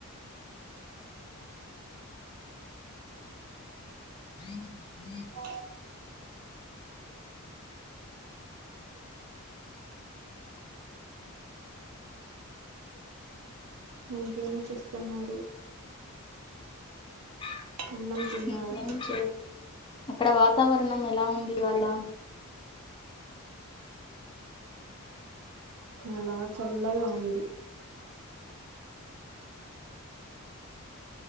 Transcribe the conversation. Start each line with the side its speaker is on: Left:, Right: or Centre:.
Left: అ
Right: ఓ ఇంకేమి చేస్తున్నారు
Left: <inaudible>
Right: అన్నం తిన్నారా
Left: ఇంకేం చేయ అక్కడ వాతావరణం ఎలా ఉంది వాళ్ళ
Right: అలా చల్లగా ఉంది